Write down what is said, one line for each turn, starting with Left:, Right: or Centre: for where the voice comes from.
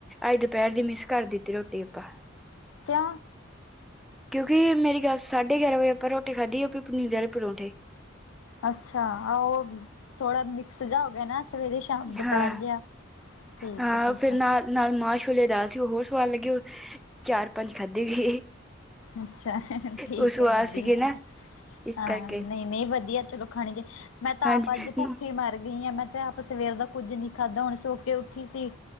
Centre: ਅੱਜ ਦੁਪਹਿਰ ਦੀ ਮਿਸ ਕਰ ਦਿੱਤੀ ਰੋਟੀ ਆਪਾਂ।
Left: ਕਿਉ।
Centre: ਕਿਉਂਕਿ ਮੇਰੀ ਗੱਲ ਸਾਢੇ ਗਿਆਰਾਂ ਵਜੇ ਆਪਾਂ ਰੋਟੀ ਖਾਧੀ ਆ ਆਪ ਪਨੀਰ ਵਾਲੇ ਪਰੋਂਂਠੇ।
Left: ਅੱਛਾ ਉਹ ਥੋੜਾ ਮਿਕਸ ਜਾ ਹੋ ਗਿਆ ਸੀ ਨਾ। ਸਵੇਰੇ ਸ਼ਾਮ ਦੁਪਹਿਰ
Centre: ਹਾਂ
Left: ਜਿਹਾ ਠੀਕ
Centre: ਹਾਂ
Left: ਹੈ ਠੀਕ
Centre: ਫਿਰ
Left: ਆ।
Centre: ਨਾਲ ਨਾਲ ਮਾਂ ਛੋਲਿਆਂ ਦੀ ਦਾਲ ਸੀ ਉਹ ਹੋਰ ਸਵਾਦ ਲੱਗੇ ਉਹ ਚਾਰ ਪੰਜ ਖਾਧੇ ਗਏ।
Left: ਅੱਛਾ ਠੀਕ
Centre: ਉਹ ਸਵਾਦ
Left: ਹੈ ਵਧੀਆ।
Centre: ਸੀਗੇ ਨਾ ਇਸ
Left: ਹਾਂ
Centre: ਕਰਕੇ
Left: ਨਹੀਂ ਨਹੀਂ ਵਧੀਆ ਚਲੋ ਖਾਣੀ ਜੇ ਮੈਂ ਤਾਂ
Centre: ਹਾਂਜੀ
Left: ਆਪ ਅੱਜ ਭੁੱਖੇ ਮਰ ਗਈ ਆ ਮੈਂ। ਆਪਾਂ ਸਵੇਰ ਦਾ ਕੁੱਝ ਨੀ ਖਾਧਾ ਹੁਣ ਸੋ ਕੇ ਉੱਠੀ ਸੀ